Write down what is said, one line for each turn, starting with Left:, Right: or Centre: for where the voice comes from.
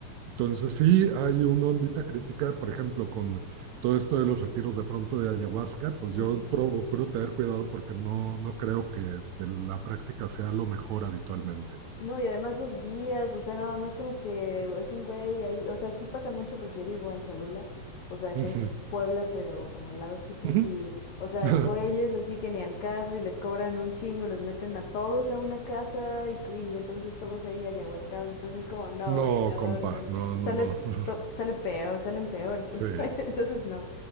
Right: Entonces sí, hay una ondita crítica, por ejemplo, con todo esto de los retiros de pronto de ayahuasca,
Left: Ujú.
Right: pues yo procuro tener cuidado porque no, no creo que este, la práctica sea lo mejor habitualmente.
Left: No, y además los guías, o sea, nada más como que es un güey ahí, o sea, aquí pasa mucho porque yo vivo en Cholula, o sea, es
Right: Ujú,
Left: en Puebla, pero como al lado hippie,
Right: ujú.
Left: y, o sea,
Right: <laughs>
Left: güeyes así que ni al caso, y les cobran un chingo, y los meten a todos a una casa, y, cu- y entonces todos ahí ayahuascados, entonces como, no,
Right: No,
Left: güey, no,
Right: compa,
Left: no, no,
Right: no, no,
Left: sale,
Right: no. <laughs>
Left: to- sale peor, salen peor estos
Right: Sí,
Left: <laughs> güeyes, entonces no,